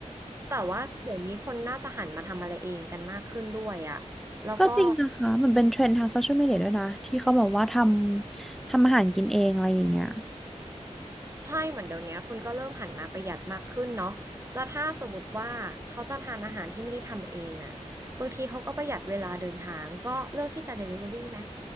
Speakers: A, on the right (about 25°); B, in the centre.
A: แต่ว่าเดี๋ยวนี้คนน่าจะหันมาทำอะไรเองกันมากขึ้นด้วยอ่ะแล้วก็
B: ก็จริงนะคะมันเป็นเทรนด์ทางโซเชียลมีเดียด้วยนะ ที่เขาบอกว่าทำ ทำอาหารกินเองอะไรอย่างเงี้ย
A: ใช่เหมือนเดี๋ยวนี้คนก็เริ่มหันมาประหยัดมากขึ้นเนาะแล้วถ้าสมมติว่าเขาจะทานอาหารที่ไม่ได้ทำเองอ่ะบางทีเขาก็ประหยัดเวลาเดินทางก็เลือกที่จะ Delivery ไหม